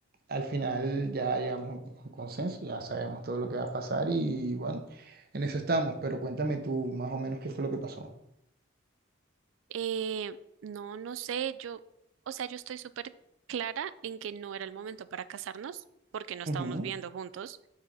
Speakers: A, on the right; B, on the right.
A: al final ya llegamos a un a un consenso, ya sabemos todo lo que va a pasar y bueno, en eso estamos, pero cuéntame tú más o menos qué fue lo que pasó.
B: Eh, no, no sé, yo, o sea, yo estoy súper clara en que no era el momento para casarnos, porque no estábamos
A: Ujú,
B: viviendo juntos,